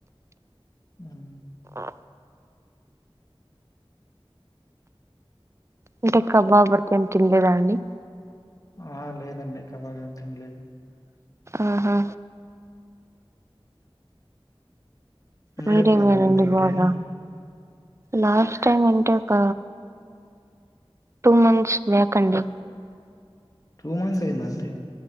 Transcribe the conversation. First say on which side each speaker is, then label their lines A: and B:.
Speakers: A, on the left; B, on the right.
A: ఉమ్
B: ఆ అంటే కబాబ్ ఏం తినలేదా అండి
A: ఆహా లేదండి కబాబ్ ఏం తిన్నాలేదు
B: ఆహా
A: మీరెప్పుడు
B: మీరే మేల్
A: తిన్నారండి
B: అండి బాగా
A: బిర్యానీ?
B: లాస్ట్ టైమ్ అంటే ఒక టూ మంత్స్ లే కండి
A: టూ మంత్స్ అయ్యిందండి